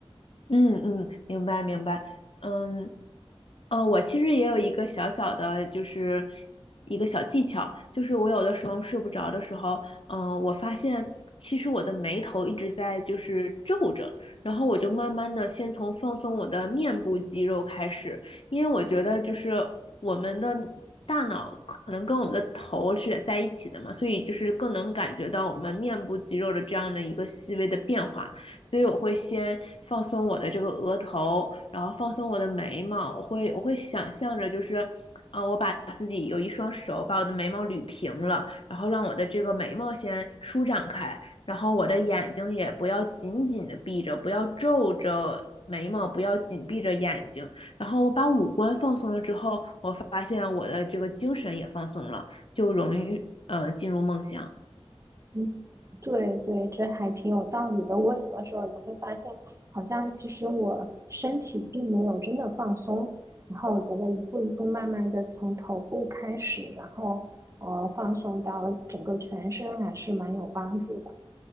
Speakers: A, on the left; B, on the right.
A: 嗯嗯，明白明白，嗯，呃，我其实也有一个小小的，就是一个小技巧，就是我有的时候睡不着的时候，嗯、我发现其实我的眉头一直在就是皱着，然后我就慢慢的先从放松我的面部肌肉开始，因为我觉得就是我们的大脑可能跟我们的头是在一起的嘛，所以就是更能感觉到我们面部肌肉的这样的一个细微的变化。所以我会先放松我的这个额头，然后放松我的眉毛，我会我会想象着就是，啊、我把自己有一双手把我的眉毛捋平了，然后让我的这个眉毛先舒展开，然后我的眼睛也不要紧紧的闭着，不要皱着眉毛，不要紧闭着眼睛，然后我把五官放松了之后，我发现我的这个精神也放松了，就容易呃进入梦乡。
B: 嗯，对对，这还挺有道理的。我有的时候也会发现，好像其实我身体并没有真的放松。然后我觉得一步一步慢慢的从头部开始，然后呃放松到整个全身，还是蛮有帮助的。